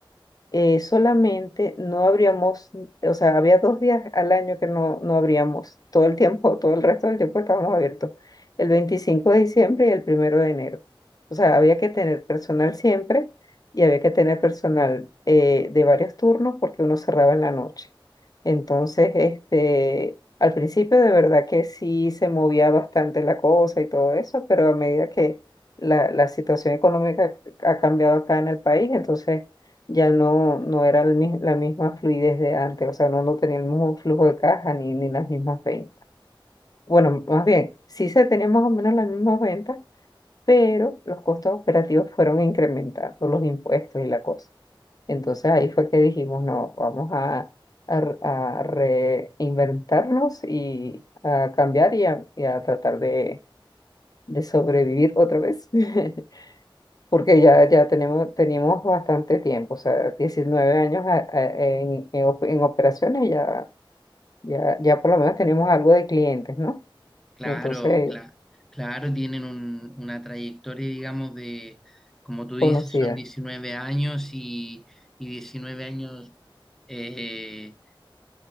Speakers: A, on the left; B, in the centre.
A: eh, solamente no abríamos, o sea, había dos días al año que no, no abríamos, todo el tiempo, <laughs> todo el resto del tiempo estábamos abiertos, el 25 de diciembre y el primero de enero. O sea, había que tener personal siempre y había que tener personal eh, de varios turnos porque uno cerraba en la noche. Entonces, este, al principio de verdad que sí se movía bastante la cosa y todo eso, pero a medida que la, la situación económica ha cambiado acá en el país, entonces ya no, no era el mi- la misma fluidez de antes, o sea, no, no tenía el mismo flujo de caja ni, ni las mismas ventas. Bueno, más bien, sí se tenían más o menos las mismas ventas, pero los costos operativos fueron incrementando, los impuestos y la cosa. Entonces ahí fue que dijimos, no, vamos a, a r- a reinventarnos y a cambiar y a, y a tratar de, de sobrevivir otra vez. <laughs> porque ya, ya tenemos, tenemos bastante tiempo, o sea, 19 años a- a- en, en, op- en operaciones ya, ya, ya por lo menos tenemos algo de clientes, ¿no?
B: claro,
A: Entonces,
B: cla- claro, tienen un- una trayectoria, digamos, de, como tú dices,
A: conocida,
B: son 19 años y, y 19 años, eh,